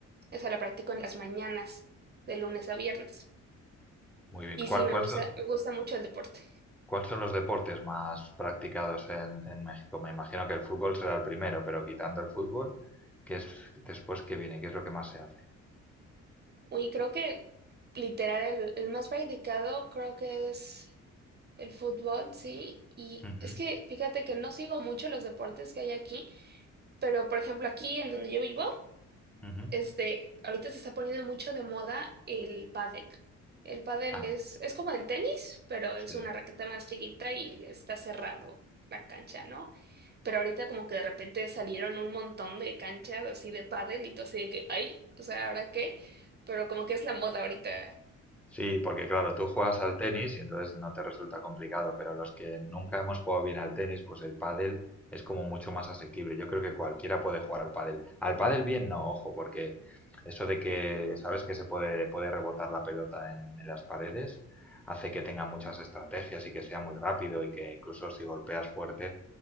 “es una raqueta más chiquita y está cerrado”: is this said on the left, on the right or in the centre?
Right